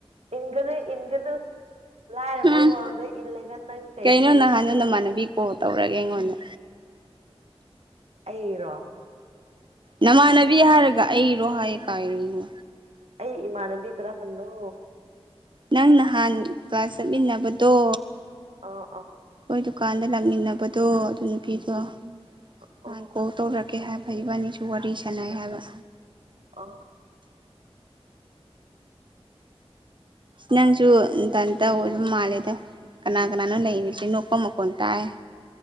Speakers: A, on the right; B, on the right.
A: ꯏꯒꯅ ꯏꯒꯅ ꯂꯥꯏꯔꯕ
B: ꯎꯝ
A: ꯋꯥꯜꯗ ꯏꯜꯂꯒ ꯅꯪ ꯀꯩ
B: ꯀꯩꯅꯣ
A: ꯐꯪꯗꯣꯏꯅꯣ
B: ꯅꯍꯥꯟꯗꯣ ꯅꯃꯥꯟꯅꯕꯤ ꯀꯣꯜ ꯇꯧꯔꯒꯦ ꯑꯩꯉꯣꯟꯗ
A: ꯑꯩꯔꯣ
B: ꯅꯃꯥꯟꯅꯕꯤ ꯍꯥꯏꯔꯒ ꯑꯩꯔꯣ ꯍꯥꯏ ꯀꯥꯏꯔꯤꯅꯣ
A: ꯑꯩ ꯏꯃꯥꯟꯅꯕꯤ ꯀꯔꯝꯕꯟꯅꯣ
B: ꯅꯪ ꯅꯍꯥꯟ ꯀ꯭ꯂꯥꯁ ꯆꯠꯃꯤꯟꯅꯕꯗꯣ
A: ꯑ ꯑ
B: ꯑꯩꯈꯣꯏ ꯗꯨꯀꯥꯟꯗ ꯂꯥꯛꯃꯤꯟꯅꯕꯗꯣ ꯑꯗꯨ ꯅꯨꯄꯤꯗꯣ
A: ꯑꯣ
B: ꯅꯍꯥꯟ ꯀꯣꯜ ꯇꯧꯔꯛ ꯀꯩ ꯍꯥ ꯐꯩꯕꯅꯤ ꯁ ꯋꯥꯔꯤꯔꯤ ꯁꯅ ꯍꯥꯏꯕ
A: ꯑ
B: ꯅꯪꯁꯨ ꯇꯟ ꯑꯣ ꯃꯥꯦ ꯀꯅꯥ ꯀꯅꯥꯅꯣ ꯂꯩꯔꯤꯁꯤ ꯅꯀꯣ ꯃꯈꯀꯣꯟ ꯇꯥꯏ